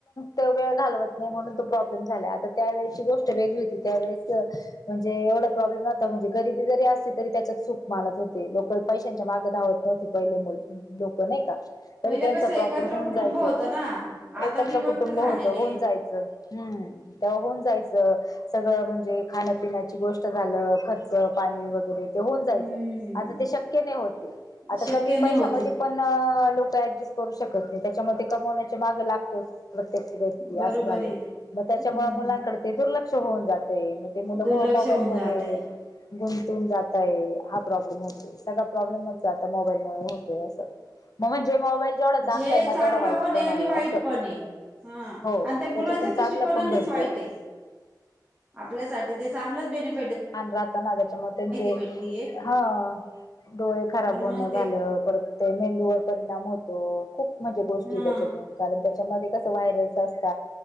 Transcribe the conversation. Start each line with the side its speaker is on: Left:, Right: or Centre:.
Left: ते वेळ घालवत नाही म्हणून तो प्रॉब्लेम झला आता त्या वेळची गोष्ट वेगळी होती त्यावेळीस अ म्हजे एवढा प्रॉब्लेम न्हता म्हणजे गरीबी जरी असते तरी त्याच्यात सुख मानत होते लोक पैशांच्या मागं धावत नव्हते. पहिले लोकं नाही का. तरी
Right: पहिले
Left: त्यांच
Right: कसं एकत्र
Left: प्रॉपर होऊन
Right: कुटुंब
Left: जायचं
Right: होतं ना आता
Left: एकत्र
Right: विभक्त
Left: कुटुंब
Right: झालेले
Left: होतं होऊन जायचं. हम्म तेव्हा होऊन जायचं. सगळं म्हणजे खाण्यापिण्याची गोष्ट झालं खर्च पाणी वगैरे ते होऊन जायच
Right: हम्म
Left: आता ते शक्य नाही होते आता
Right: शक्य
Left: कमी
Right: नाही
Left: पैशामध्ये
Right: होते
Left: पण लोक ऍडजस्ट करू शकत नाही, त्याच्यामध्ये ते कमवण्याचा माग लागतोच. प्रत्येक व्यक्ती
Right: बरोबर
Left: असं झाले
Right: आहे
Left: मग त्याच्यामुळे
Right: हम्म
Left: मुलांकडे ते दुर्लक्ष होऊन जात मग ते मुलं
Right: दुर्लक्ष
Left: मु मोबाईल
Right: होऊन
Left: म्हदे.
Right: जातय
Left: गुंतून जाताय हा प्रॉब्लेम होतोय, सगळा प्रॉब्लेम आता मोबाईलमुळे होतोय असं. मग म्हणजे मोबाईल जेवढा चांगला
Right: जे
Left: आहे, ना
Right: चांगलं
Left: तेवढं वाईट पण आहे
Right: आणि वाईट
Left: असं.
Right: पण आहे हा
Left: हो
Right: आणि त्या मुलांच्या
Left: त्याच्यातून
Right: दृष्टिकोनानेच
Left: चांगलं पण भेटत.
Right: वाईट आहे आपल्यासाठी ते चांगलच बेनिफ
Left: आणिन राहताना त्याच्यामुळे त्यांचे
Right: भेटतीय
Left: हा डोळे खराब
Right: पण
Left: होणं
Right: मग
Left: झालं
Right: ते
Left: परत ते मेंदूवर परिणाम होत. त खूप म्हणज्या गोष्टी
Right: हा
Left: त्याच्यातून कारण त्या कस व्हायर असत